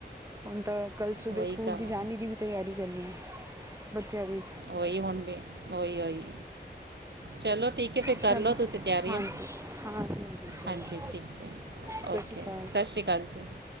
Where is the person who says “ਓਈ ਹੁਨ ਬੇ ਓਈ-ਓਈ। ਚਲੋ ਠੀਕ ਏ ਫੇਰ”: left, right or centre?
Right